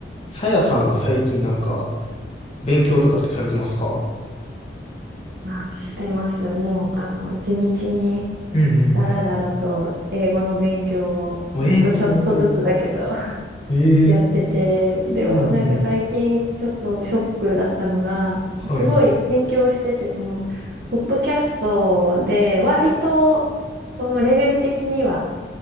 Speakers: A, on the left (about 35°); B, on the right (about 55°).
A: さやさんは最近なんか、勉強とかってされてますか
B: あ、してます。もう、あの、地道に、
A: うん
B: だらだらと、英語の勉強を、
A: うん。
B: ほんとちょっとずつだけど、
A: あ、英語の勉強。
B: <laughs>
A: ええ
B: やってて、でも、
A: うんうん。
B: なんか最近、ちょっとショックだったのが、
A: はい。
B: すごい勉強してて、その、ポッドキャストで、割と、そのレベル的には、